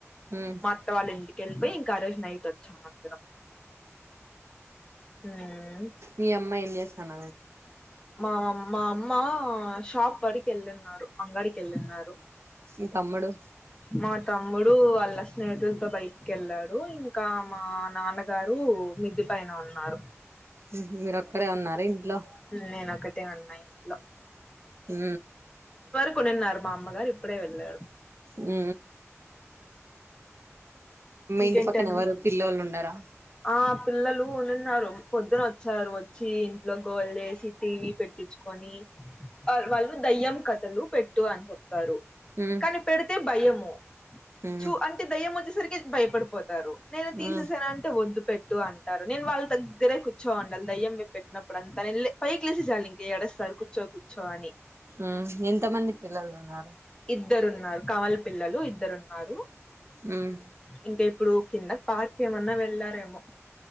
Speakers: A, on the right (about 55°); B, on the left (about 15°).
A: ఉమ్
B: మా అత్త వాళ్ళ ఇంటికెళ్ళిపోయి ఇంకా ఆ రోజు నైట్ వచ్చాం అందరం ఉమ్,
A: మీ అమ్మా ఏం చేస్తాన
B: మామ్ మా అమ్మ షాప్ కాడికి వెళ్ళిన్నారు అంగడికి వెల్లిన్నారు
A: ఇ తమ్ముడు
B: మా తమ్ముడు వాళ్ళ స్నేహితులతో బయటికి కేళ్ళాడు ఇంకా మా నాన్నగారు రు మిద్ది పైన ఉన్నారు
A: ఉహు మీరొక్కరే ఉన్నారా ఇంట్లో
B: నేనొక్కటే ఉన్నా ఇంట్లో
A: ఉ
B: ప్పునీన్నారు మా అమ్మ గారు ఇప్పుడే వెళ్ళారు
A: ఉ
B: ఇంకేంటండి
A: ఇంటి పక్కన ఎవరు పిల్లోళ్ళు ఉండరా
B: ఆ పిల్లలు ఉండిన్నారు పొద్దున వచ్చారు వచ్చి ఇంట్లో గోల చేసి టీవీ పెట్టించుకొని వాళ్ళు దయ్యం కథలు పెట్టు అని చెప్ ప్పారు
A: ఉమ్
B: కానీ పెడితే భయము
A: ఉమ్
B: చూ అంటే దయము వచ్చేరికి భయపడిపోతారు నేను తీసేసేన
A: ఉమ్
B: అంటె వద్దు పెట్టు అంటారు నేను వాళ్ళ దగ్గరే కూర్చో ఉండాలి దయ్యంవే పెట్టినప్పుడు అంతా నే పైకి లేేసే చాలి ఇంక ఏడేస్తాడు కూర్చో కూర్చో అని
A: ఉ ఎంత మంది పిల్లలు ఉన్నారు
B: ఇద్దరున్నారు కావాలి పిల్లలు ఇద్దరున్నారు
A: ఉమ్
B: ఇంకా ఇప్పుడు కింద పార్క్ ఏమన్నా వెళ్లారేమో